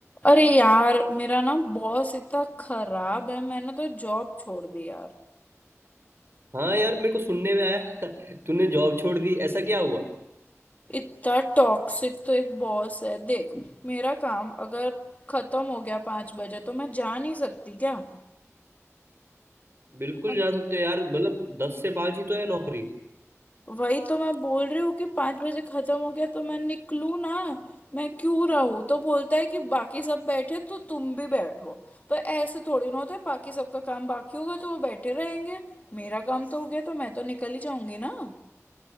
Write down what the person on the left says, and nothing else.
अरे यार मेरा ना बॉस इतना खराब है मैंने तो जॉब छोड़ दी यार
इतना टॉक्सिक तो एक बॉस है देख मेरा काम अगर खत्म हो गया पाँच बजे तो मैं जा नहीं सकती क्या
और
वही तो मैं बोल रही हूँ कि पाँच बजे खत्म हो गया तो मैं निकलूँ ना मैं क्यों रहूँ तो बोलता है कि बाकी सब बैठे तो तुम भी बैठो पर ऐसे थोड़ी ना होता है बाकी सबका काम बाकी होगा तो वो बैठे रहेंगे मेरा काम तो हो गया तो मैं तो निकल ही जाऊंगी ना